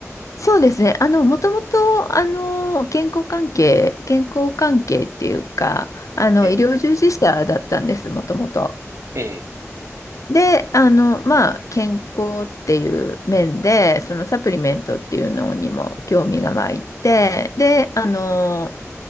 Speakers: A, on the left; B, on the right.
A: そうですね。あの、もともと、あの、健康関係、健康関係っていうか、あの、
B: ええ、
A: 医療従事者だったんです、もともと。
B: ええ、
A: で、あの、まあ、健康っていう面で、そのサプリメントっていうのにも興味が湧いて、で、
B: え
A: あの、